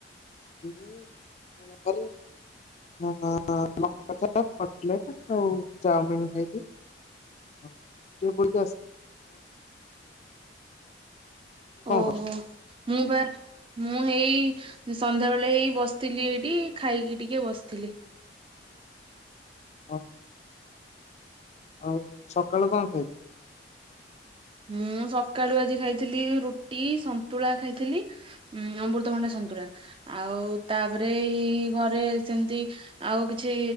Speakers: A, on the left; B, on the right.
A: ଏହେ <unintelligible> <unintelligible> କଟଲେଟ ଆଉ ଚାଉମିିନ ଖାଇକି <unintelligible> ଆଉ ତୁ କଣ
B: ଓହୋ
A: କରୁଛୁ?
B: ମୁଁ ବାର ମୁଁ ହେଇ ସଂନ୍ଧ୍ୟା ବେଳେ ହେଇ ବସିଥିଲି ଏଇଠି ଖାଇକି ଟିକେ ବସିଥିଲି।
A: ହଁ। ଆଉ ସକାଳୁ କଣ ଖାଇଛ?
B: ମୁଁ ସକାଳୁ ଆଜି ଖାଇଥିଲି ରୁଟି, ସନ୍ତୁଳା ଖାଇଥିଲି। ଉଁ ଅମୃତଭଣ୍ଡା ସନ୍ତୁଳା ଆଉ ତାପରେ ଏଇ ଘରେ ସେମତି ଆଉ କିଛି